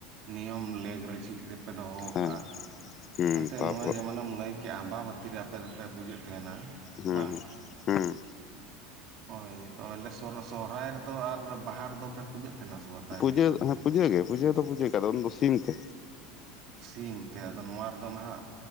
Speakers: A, on the right; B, on the left.
A: ᱱᱤᱭᱚᱢ ᱞᱮᱜᱽ ᱨᱮ ᱪᱮᱫ ᱨᱮᱯᱮ ᱫᱚᱦᱚ ᱟᱠᱟᱜᱼᱟ
B: ᱦᱮᱸ ᱦᱮᱸ
A: ᱮᱱᱛᱮᱜ
B: ᱛᱟᱯᱚᱨ
A: ᱱᱚᱣᱟ ᱡᱮᱢᱚᱱᱮᱢ ᱞᱟᱹᱭ ᱠᱮᱜ ᱟᱢᱵᱟᱵᱚᱛᱤ ᱨᱮ ᱟᱯᱮ ᱫᱚᱯᱮ ᱯᱩᱡᱟᱹᱜ ᱛᱟᱦᱮᱱᱟ
B: ᱦᱮᱸ
A: ᱵᱟᱝ
B: ᱦᱮᱸ ᱦᱮᱸ
A: ᱦᱳᱭ ᱛᱚ ᱟᱞᱮ ᱥᱚᱦᱚᱨᱟᱭ ᱨᱮᱫᱚ ᱟᱨ ᱵᱟᱦᱟ ᱨᱮᱫᱚ ᱯᱮ ᱯᱩᱡᱟᱹᱜ ᱛᱟᱦᱮᱱᱟ ᱥᱮ ᱵᱟᱝ ᱛᱟᱦᱚᱞᱮ
B: ᱯᱩᱡᱟᱹ ᱦᱮᱸ ᱯᱩᱡᱟᱹᱜ ᱜᱮ ᱯᱩᱡᱟᱹ ᱫᱚ ᱯᱩᱡᱟᱹ ᱠᱟᱫᱟ ᱩᱱ ᱫᱚ ᱥᱤᱢ ᱛᱮ
A: ᱥᱤᱢ ᱛᱮ ᱟᱫᱚ ᱱᱚᱣᱟ ᱨᱮᱫᱚ ᱱᱟᱦᱟᱜ